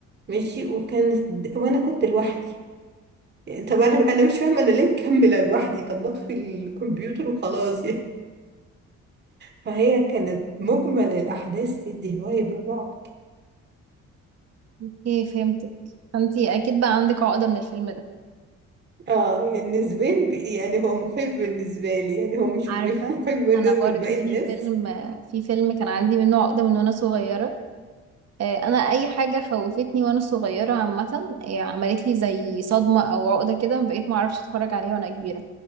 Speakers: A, on the right (about 35°); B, on the right (about 55°).
A: ماشي وكانت د- وانا كنت لوحدي يعني طب انا انا مش فاهمة انا ليه مكملة لوحدي طب ما اطفي الكمبيوتر وخلاص يعني فهي كانت مجمل الأحداث تدي فايب الرعب
B: اوكي فهمتك فأنت أكيد بقى عندك عقدة من الفيلم ده
A: اه يعني نسبيا ب- يعني هو مخيف بالنسبة لي يعني هو مش
B: عارفة
A: م- <laughs> مخيف بالنسبة
B: أنا برضو
A: لباقي
B: في
A: الناس
B: فيلم في فيلم كان عندي منه عقدة من وأنا صغيرة آه، انا اي حاجه خوفتني وانا صغيره عامه آه، عملت لي زي صدمه او عقده كده بقيت ما اعرفش اتفرج عليها وانا كبيره